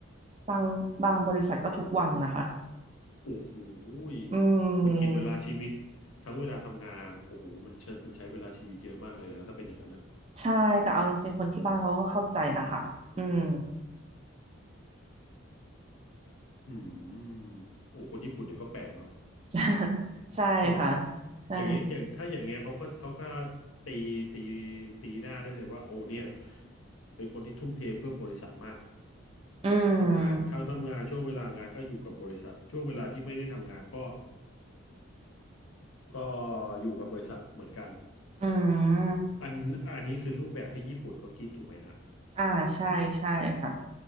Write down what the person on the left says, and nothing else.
โอ้โหย
มันกินเวลาชีวิต
ทั้งเวลาทำงานโอ้โหมันเชิดมันใช้เวลาชีวิตเยอะมากเลยนะครับถ้าเป็นอย่างนั้นอ่ะ
อืมโอ้คนญี่ปุ่นเนี่ยก็แปลกเนาะ
ถูกไหม
อย่างเงี้ยอย่างถ้าอย่างเงี้ยเขาก็เขาก็ตีตีตีหน้าได้เลยว่าโอ้เนี่ยเป็นคนที่ทุ่มเทเพื่อบริษัทมาก
ทำงานถ้าทำงานช่วงเวลางานก็อยู่กับบริษัทช่วงเวลาที่ไม่ได้ทำงานก็ก็อยู่กับบริษัทเหมือนกัน
อันอันนี้คือรูปแบบที่ญี่ปุ่นเขาคิดถูกไหมฮะ